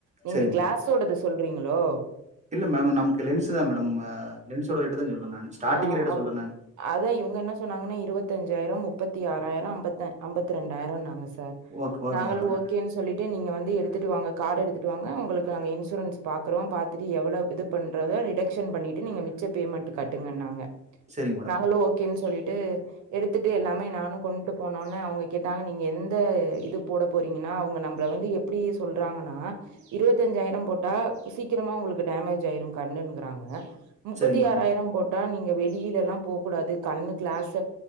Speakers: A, on the right (about 75°); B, on the right (about 25°).
A: நீங்க
B: சரி மேடம்
A: கிளாஸோடது சொல்றீங்களோ
B: இல்ல மேம் நமக்கு லென்ஸ் தான்மேடம் லென்ஸோட ரேட்டு தான் சொல்ரே நான் ஸ்டார்டிங்
A: ஆ
B: ரேட்ட
A: அவ்
B: சொல்றேன் நான்
A: அதா இவுங்க என்ன சொன்னாங்கன்னா இருபத்தஞ்சாயிரம் மு ப்பத்தி ஆறாயிரம் அம்பத்த அம்பத்திரெண்டாயிரம்னாங்க சார்
B: ஓகே ஓகே
A: நாங்களும்
B: மேடம்
A: ஓகேன்னு சொல்லி ட்டு நீங்க வந்து எடுத்துட்டு வாங்க கார்ட் எடுத்துட்டு வாங்க உங்களுக்கு நாங்க இன்ஸூன்ஸ பாக்குறோம் பாத்துட்டு எவ்ளோ இதுபண்ணுறதோ ரிடக்க்ஷன் பண்ணிட்டு நீங்கள் மிச்ச பேமன்ட் கட்டுங்கனாங்க
B: சரிங்க மேடம்
A: நாங்களு ஓகேனு சொல்லிட்டு எடுத்துட்டு எல்லா மே நானும் கொண்டுட்டு போனோன்ன அவங்க கேட்டாங்க நீங்க எந்த இது போட போறீங்கன்னா அவங்க நம்மள வந்து எ ப்டி சொல்றாங்கன்னா இருபத்தஞ்சாயிரம் போட்டா சீக்கிரமா உங்களுக்கு டேமேஜ் ஆயிரும் கண்ணுங்கிறாங்க முப்பத்தி
B: சரிங்க மேடம்
A: ஆறாயிரம் போட்டா நீங்க வெளியில எல்லாம் போ கூடாது கண்ணு கிளாஸ்